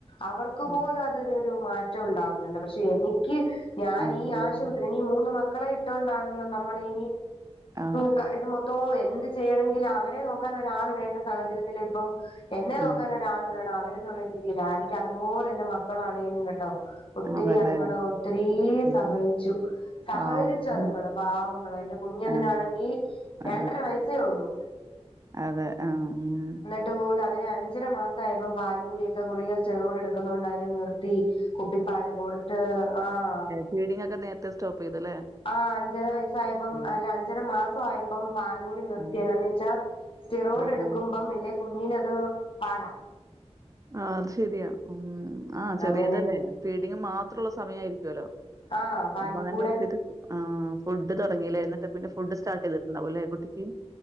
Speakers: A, on the left; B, on the right.
A: അവർക്ക്
B: ഉം
A: പോലും അതിനൊരു മാറ്റം ഉണ്ടാവുന്നുണ്ട് പക്ഷെ എനിയ്ക്ക് ഞാനീ
B: ആമേൻ.
A: ആശു നീ മൂന്ന് മക്കളെ ഇട്ടോണ്ടാണല്ലോ നമ്മളീ
B: ആ
A: ക്ക ഇത് മൊത്തോം എന്ത് ചെയ്യണെങ്കിലും അവരെ നോക്കാൻ ഒരാള് വേണ്ട സാഹചര്യത്തില് ഇപ്പം എന്നെ
B: ആ
A: നോക്കാൻ ഒരാള് വേണം അവരെന്നുള്ള രീതിയിലാ എനിയ്ക്ക് അതുപോലെ എന്റെ മക്കളാണേലും കേട്ടോ ഒത്തിരി
B: അവരുടെ
A: അതുങ്ങള് ഒത്തിരി
B: ഉം
A: സഹായി <unintelligible> സഹകരിച്ച്
B: പാവം
A: അതുങ്ങൾ
B: ഉം
A: പാവങ്ങൾ എൻ്റെ കുഞ്ഞവനാണെങ്കിൽ
B: ആ ആ
A: രണ്ടര വയസ്സേ ഉള്ളൂ
B: അതെ ആഹ് ഉം
A: എന്നിട്ട് പോലും അതിനെ അഞ്ചരമാസം ആയപോ പാലുകൂടിയൊക്കെ ഗുളിക സിറോയിഡ് എടുക്കുന്നോണ്ട് അതിനെ നിർ <unintelligible> കുപ്പി പാൽക്കൊടുത്ത് ആഹ്
B: ഫീഡിംഗ് ഒക്കെ നേരത്തെ സ്റ്റോപ്പ് ചെയ്തല്ലേ
A: ആഹ് അഞ്ചര വയസ്സായപ്പം
B: ഉം
A: അല്ല അഞ്ചര മാസം ആയപ്പം നിർത്തിയന്ന്
B: ഉം
A: വെച്ചാ സിറോയിഡ്
B: ആ
A: എടുക്കുമ്പം
B: ആ
A: ഇല്ലെ കുഞ്ഞിനത് പാടാ
B: ആഹ് അത് ശരിയാ ഉം ആഹ് ചെറിയതല്ലേ
A: അങ്ങനെയൊക്കെ
B: ഫീഡിംഗ് മാത്രമുള്ള സമയയിരിക്കുവല്ലോ
A: ആഹ് പാലിക്കൂടെ
B: അപ്പൊ അങ്ങനെ നിർത്തി ആഹ് ഫുഡ് തുടങ്ങില്ലേ എന്നിട്ട് പിന്നെ ഫുഡ് സ്റ്റാർട്ട് ചെയ്തിട്ടുണ്ടാവില്ലേ കുട്ടിക്ക്